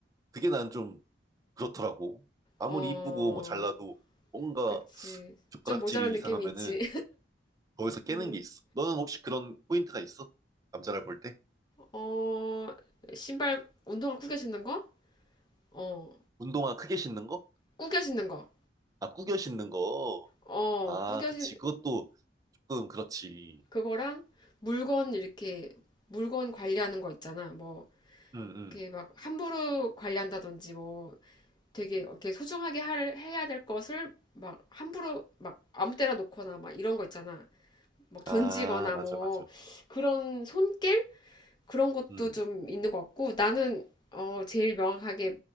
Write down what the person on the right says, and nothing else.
그게 난 좀 그렇더라고. 아무리
이쁘고 뭐 잘나도 뭔가
젓가락질이
이상하면은
거기서 깨는
게 있어. 너는 혹시 그런 포인트가 있어? 남자를 볼 때?
운동화 크게 신는 거?
아, 구겨 신는 거.
아,
그치.
그것도 조금 그렇지.
응,
응.
아, 맞아,
맞아.
응,